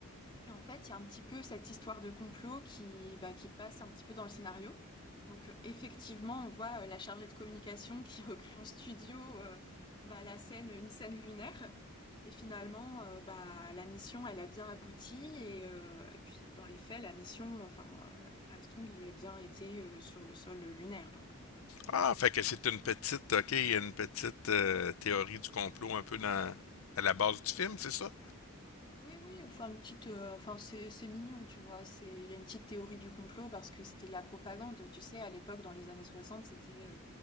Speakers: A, on the left (about 20°); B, on the left (about 70°).
A: en fait, il y a un petit peu cette histoire de complot qui, bah, qui passe un petit peu dans le scénario. Donc, euh, effectivement, on voit euh, la chargée de communication qui <laughs> recrée en studio euh, bah, la scène, une scène lunaire. Mais finalement, euh, bah, la mission, elle a bien abouti. Et, euh, et puis, dans les faits, la mission, enfin, euh, Armstrong, il a bien été euh, sur le sol lunaire. Donc, euh,
B: Ah, fait que c'est une petite, ok, il y a une petite euh, théorie du complot un peu dans, à la base du
A: Oui.
B: film, c'est ça?
A: Oui, oui, enfin une petite, euh, enfin c'est c'est mignon, tu vois. C'est il y a une petite théorie du complot parce que c'était de la propagande, tu sais. À l'époque, dans les années 60, c'était euh,